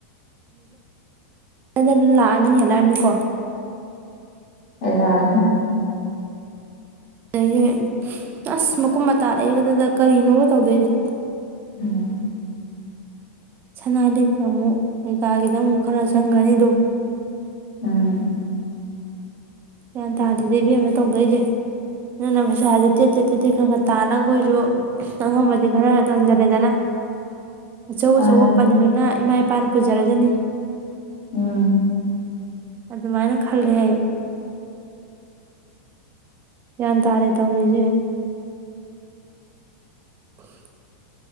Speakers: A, on the right; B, on the left.
A: ꯍꯖ ꯂꯥꯛꯑꯅꯤ ꯍꯦꯜꯂꯛꯑꯅꯤꯀꯣ
B: ꯑꯦꯗꯥꯅꯤ
A: ꯑꯗꯒꯤ ꯑꯁ ꯃꯀꯨꯝ ꯃꯇꯥ ꯂꯩꯏꯕꯗꯨꯗ ꯀꯔꯤꯅꯣꯕ ꯇꯧꯗꯣꯏꯁꯦ
B: ꯎꯝ
A: ꯁꯅꯥ ꯂꯤꯛꯇ ꯑꯃꯨꯛ ꯀꯩꯀꯥꯒꯤꯗ ꯑꯃꯨꯛ ꯈꯔ ꯆꯪꯒꯅꯤ ꯑꯗꯨꯝ
B: ꯎꯝ
A: ꯒ꯭ꯌꯥꯟ ꯇꯥꯗꯦꯗꯦꯕꯦꯝ ꯑꯃ ꯇꯧꯗꯣꯏꯁꯦ ꯅꯪꯅ ꯄꯩꯁꯥꯁꯦ ꯇꯦꯠ ꯇꯦꯠ ꯇꯦꯠꯇꯦ ꯈꯔ ꯈꯔ ꯇꯥꯜꯂꯒ ꯑꯩꯈꯣꯏꯁꯨ ꯑꯉꯝꯕꯗꯤ ꯈꯔ ꯈꯔ ꯇꯝꯖꯔꯦꯗꯅ ꯑꯆꯧ
B: ꯃꯥꯅꯦ
A: ꯑꯆꯧꯕ ꯄꯟꯗꯨꯅ ꯏꯃꯥ ꯏꯄꯥ ꯄꯥꯅ ꯄꯨꯖꯥꯔꯖꯅꯤ
B: ꯎꯝ
A: ꯑꯗꯨꯃꯥꯏꯅ ꯈꯜꯂꯦ ꯑꯩ ꯒ꯭ꯌꯥꯟ ꯇꯥꯔꯦ ꯇꯧꯔꯤꯁꯦ <inaudible>